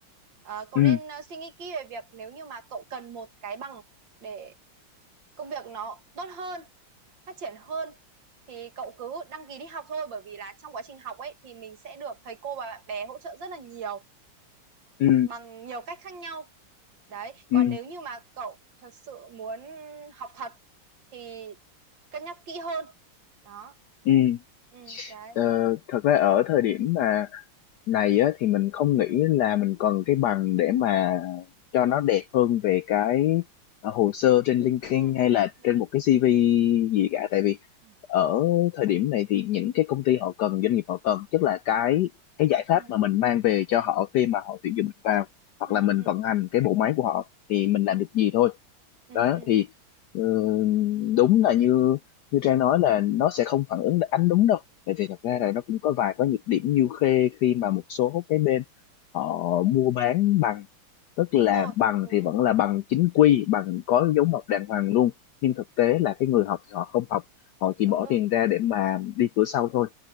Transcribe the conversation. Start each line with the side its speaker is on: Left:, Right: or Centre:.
Right: Ờ, cậu
Left: ừ
Right: nên ờ, suy nghĩ kỹ về việc nếu như mà cậu cần một cái bằng để công việc nó tốt hơn phát triển hơn thì cậu cứ đăng ký đi học thôi bởi vì là trong quá trình học ấy thì mình sẽ được thầy cô và bạn bè hỗ trợ rất là nhiều
Left: ừ
Right: bằng nhiều cách khác nhau đấy còn
Left: ừ
Right: nếu như mà cậu thật sự muốn học thật thì cân nhắc kỹ hơn đó
Left: ừ
Right: ừ đấy
Left: Ờ, thật ra ở thời điểm mà này á, thì mình không nghĩ là mình cần cái bằng để mà cho nó đẹp hơn về cái ờ, hồ sơ trên LinkedIn
Right: ừ
Left: hay là
Right: ừ
Left: trên một cái CV gì cả tại vì
Right: ừ
Left: ở thời điểm này thì những cái công ty họ cần doanh nghiệp họ cần tức là cái cái giải pháp
Right: ừ
Left: mà mình mang về cho họ khi mà họ tuyển dụng mình vào hoặc
Right: ừ
Left: là mình
Right: ừ
Left: vận hành cái bộ máy của họ thì mình
Right: ừ
Left: làm được gì thôi
Right: ừ.
Left: đó
Right: ừ.
Left: thì ừ, đúng là như như Trang nói là nó sẽ không phản ứng ánh đúng đâu tại vì thật
Right: đúng
Left: ra là
Right: rồi
Left: nó cũng có vài cái nhược điểm như khê khi mà một số cái bên họ mua bán bằng tức là
Right: đúng rồi
Left: bằng
Right: đúng
Left: thì
Right: rồi
Left: vẫn là bằng chính quy bằng có dấu mộc đàng hoàng luôn nhưng thực tế là cái người học thì họ không học họ chỉ
Right: đúng
Left: bỏ
Right: rồi
Left: tiền ra để mà đi cửa sau thôi